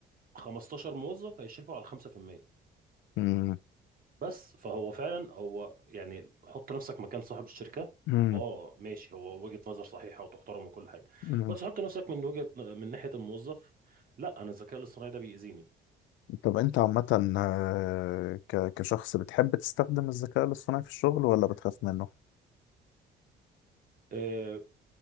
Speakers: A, on the right (about 50°); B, on the left (about 80°).
A: 15 موظف هيشرفوا على 5%
B: مم.
A: بس فهو فعلا هو يعني حط نفسك مكان صاحب الشركة
B: مم.
A: اه ماشي هو وجهة نظر صحيحة وتحترم وكل حاجة
B: مم.
A: بس حط نفسك من وجهة من ناحية الموظف لا أنا الذكاء الاصطناعي ده بيأذيني
B: طب أنت عامة آه، ك- كشخص بتحب تستخدم الذكاء الاصطناعي في الشغل ولا بتخاف منه؟
A: آه،